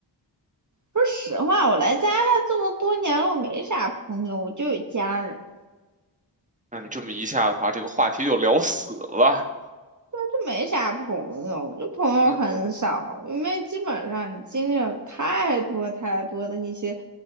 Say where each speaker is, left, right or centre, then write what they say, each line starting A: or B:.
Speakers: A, on the right; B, on the right.
A: 说实话，我来加拿大这么多年了，我没啥朋友，我就有家人。
B: 那你这么一下的话，这个话题就聊死了。
A: 就没啥朋友，就朋友很少，
B: 嗯，
A: 因为基本上你经历了太多太多的一些